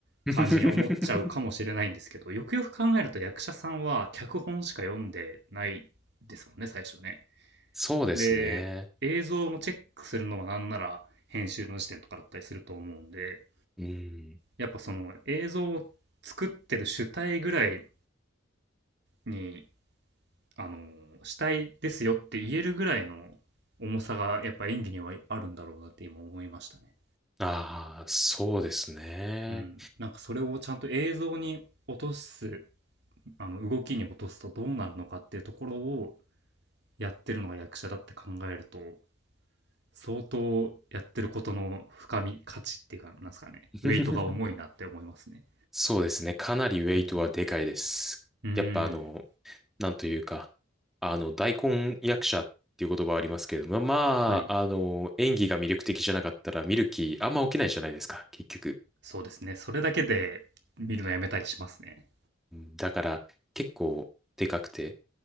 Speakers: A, in the centre; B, on the right.
A: <laughs>
B: 感じに思っちゃうかもしれないんですけど、よくよく考えると役者さんは脚本しか読んでないですもんね、最初ね。
A: そうですね。
B: で、映像もチェックするのはなんなら編集の時点とかだったりすると思うんで、
A: うん。
B: やっぱその映像を作ってる主体ぐらいに、あの、主体ですよって言えるぐらいの重さがやっぱ演技にはあるんだろうなって今思いましたね。
A: ああ、そうですね。
B: うん。なんかそれをちゃんと映像に落とす、あの、動きに落とすとどうなるのかっていうところをやってるのが役者だって考えると、相当やってることの深み、価値っていうか、なんですかね、
A: <laughs>
B: ウェイトが重いなって思いますね。
A: そうですね。かなりウェイトはでかいです。
B: うん、うん。うん。
A: やっぱあの、なんというか、あの、大根役者っていう言葉はありますけれども、まあ、
B: はい。
A: あの、演技が魅力的じゃなかったら見る気あんま起きないじゃないですか、結局。
B: そうですね。それだけで見るのやめたりしますね。
A: だから、結構でかくて。